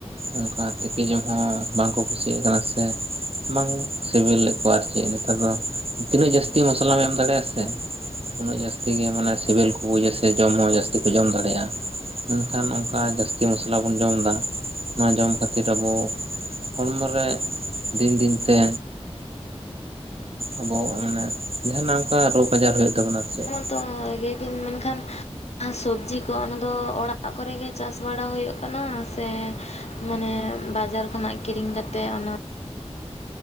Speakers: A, on the right (about 60°); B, on the left (about 75°).
A: ᱚᱱᱠᱟ ᱛᱤᱠᱤ ᱡᱚᱢ ᱦᱚᱸ ᱵᱟᱝᱠᱚ ᱠᱩᱥᱤᱭᱟᱜ ᱠᱟᱱᱟ ᱥᱮ ᱾ ᱵᱟᱝ ᱥᱮᱵᱮᱞᱮᱫ ᱠᱚᱣᱟ ᱟᱨ ᱪᱮᱫ ᱱᱮᱛᱟᱨ ᱫᱚ ᱛᱤᱱᱟᱹᱜ ᱡᱟᱹᱥᱛᱤ ᱢᱚᱥᱞᱟᱢ ᱮᱢ ᱫᱟᱲᱮᱭᱟᱜ-ᱟ ᱥᱮ ᱩᱱᱟᱹᱜ ᱡᱟᱹᱥᱛᱤ ᱜᱮ ᱢᱟᱱᱮ ᱥᱮᱵᱮᱞ ᱠᱚ ᱵᱩᱡᱟ ᱥᱮ ᱡᱚᱢ ᱦᱚᱸ ᱡᱟᱹᱥᱛᱤ ᱠᱚ ᱡᱚᱢ ᱫᱟᱲᱮᱭᱟᱜ-ᱟ ᱾ ᱢᱮᱱᱠᱷᱟᱱ ᱚᱱᱠᱟ ᱡᱟᱹᱥᱛᱤ ᱢᱚᱥᱞᱟ ᱵᱚᱱ ᱡᱚᱢᱮᱫᱟ ᱚᱱᱟ ᱡᱚᱢ ᱠᱷᱟᱹᱛᱤᱨ ᱟᱵᱚ ᱦᱚᱲᱢᱚ ᱨᱮ ᱫᱤᱱ ᱫᱤᱱ ᱛᱮ ᱟᱵᱚ ᱢᱟᱱᱮ ᱡᱟᱦᱟᱱᱟᱜ ᱚᱱᱠᱟ ᱨᱳᱜᱽ ᱟᱡᱟᱨ ᱦᱩᱭᱩᱜ ᱛᱟᱵᱚᱱᱟ ᱟᱨ ᱪᱮᱫ ᱾
B: ᱛᱚ ᱞᱟᱹᱭ ᱤᱫᱤᱧ ᱢᱮᱱᱠᱷᱟᱱ ᱟᱸ ᱥᱚᱵᱽᱡᱤ ᱠᱚ ᱚᱱᱟ ᱫᱚ ᱚᱲᱟᱜ ᱠᱚᱨᱮᱜᱮ ᱪᱟᱥ ᱵᱟᱲᱟ ᱦᱩᱭᱩᱜ ᱠᱟᱱᱟ ᱥᱮ ᱢᱟᱱᱮ ᱵᱟᱡᱟᱨ ᱠᱷᱚᱱᱟᱜ ᱠᱤᱨᱤᱧ ᱠᱟᱛᱮ ᱚᱱᱟ